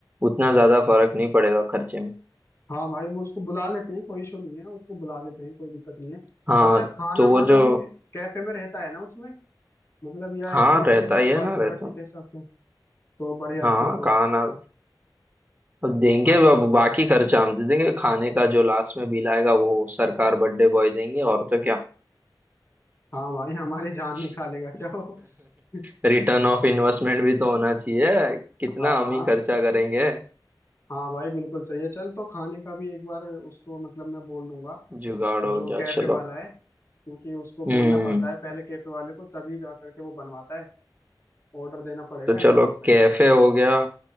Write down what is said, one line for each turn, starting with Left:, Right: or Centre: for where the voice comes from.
Right: उतना ज्यादा फर्क नहीं पड़ेगा खर्चे में
Left: हाँ भाई वो उसको बुला लेते हैं कोई इशू नहीं है उसको बुला लेते हैं कोई दिक्कत नहीं है
Right: हाँ
Left: अच्छा खाना
Right: तो वो
Left: वाना
Right: जो
Left: भी कैफे में रहता है ना उसमें मतलब या
Right: हाँ
Left: ऐसी ऐसे
Right: रहता ही है
Left: पार्टी
Right: ना रहता
Left: वार्टी के हिसाब से तो बढ़िया
Right: हाँ
Left: है फिर तो
Right: खाना अब देंगे
Left: हाँ
Right: अब बाकी खर्चा हम दे देंगे खाने का जो लास्ट में बिल आएगा वो सरकार बर्थडे बॉय देंगे और तो क्या
Left: हाँ भाई हमारी जान
Right: <laughs>
Left: निकालेगा क्या हो <laughs>
Right: रिटर्न ऑफ इन्वेस्टमेंट भी तो होना चाहिए कितना
Left: हाँ
Right: हम
Left: हाँ
Right: ही खर्चा करेंगे
Left: हाँ भाई बिल्कुल सही है चल तो खाने का भी एक बार उसको मतलब मैं बोल दूंगा
Right: जुगाड़ हो
Left: जो
Right: गया
Left: कैफे
Right: चलो
Left: वाला है क्योंकि उसको बोलना
Right: हम्म
Left: पड़ता है पहले कैफे वाले को तभी जा करके वो बनवाता है ऑर्डर देना पड़ेगा
Right: तो चलो
Left: एडवांस में
Right: कैफे हो गया